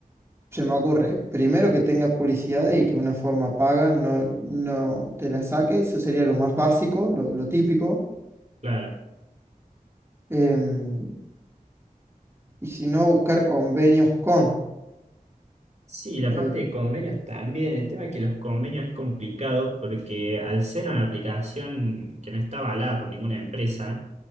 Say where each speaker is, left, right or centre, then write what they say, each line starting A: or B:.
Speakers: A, on the right (about 20°); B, on the right (about 50°).
A: se me ocurre, primero que tenga publicidad y que una forma paga no, no te la saque, eso sería lo más básico, lo, lo típico.
B: Claro.
A: Em, y si no, buscar convenios con
B: Sí, la
A: eh,
B: parte de convenios también. El tema es que los convenios es complicado porque al ser una aplicación que no está avalada por ninguna empresa,